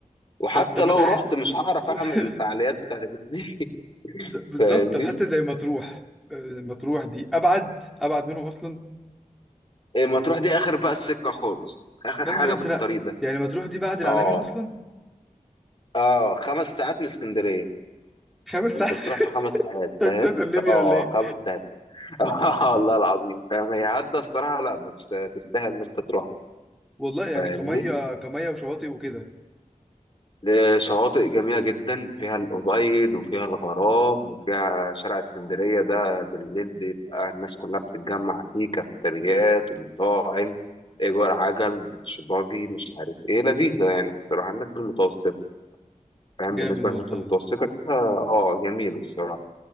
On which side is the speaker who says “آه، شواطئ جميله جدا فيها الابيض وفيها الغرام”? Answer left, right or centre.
Left